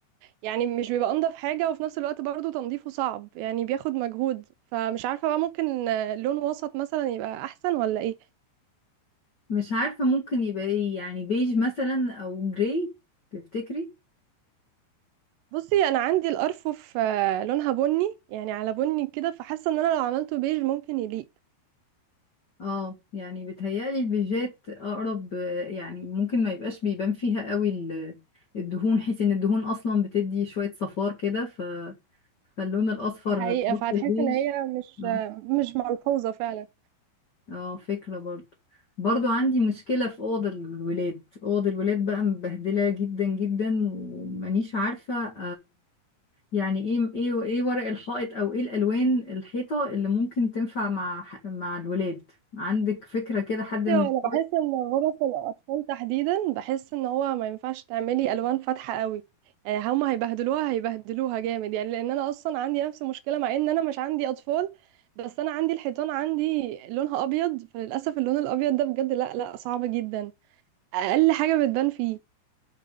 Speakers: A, on the right; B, on the left.
A: يعني مش بيبقى انضف حاجة وفي نفس الوقت برضو تنظيفه صعب يعني بياخد مجهود فمش عارفة بقى ممكن آه، لون وسط مثلا يبقى احسن ولا ايه
B: مش عارفة ممكن يبقى ايه يعني بيج مثلا او جراي تفتكري
A: بصي انا عندي الارفف آه، لونها بني يعني على بني كده فحاسة ان انا لو عملته بيج ممكن يليق
B: اه يعني بتهيألي البيجات اقرب آه، يعني ممكن ما يبقاش بيبان فيها قوي ال- الدهون حيث ان الدهون اصلا بتدي شوية صفار كده ف... فاللون الاصفر
A: دي حقيقة
B: في
A: فهتحس
B: وسط البيج
A: ان هي مش
B: اه
A: آه، مش ملحوظة فعلا
B: اه فكرة برضو برضو عندي مشكلة في أوض الولاد أوض الولاد بقى مبهدلة جدا جدا ومانيش عارفة يعني ايه ايه ايه ورق الحائط او ايه الالوان الحيطه اللي ممكن تنفع مع ح- مع الولاد عندك فكره كده حد
A: بصي
B: من
A: هو
B: اصحابك
A: انا بحس ان غرف الاطفال تحديدا بحس ان هو ما ينفعش تعملي الوان فاتحه قوي يعني هما هيبهدلوها هيبهدلوها جامد يعني لان انا اصلا عندي نفس المشكله مع ان انا مش عندي اطفال بس انا عندي الحيطان عندي لونها ابيض فللاسف اللون الابيض ده بجد لا لا صعب جدا اقل حاجه بتبان فيه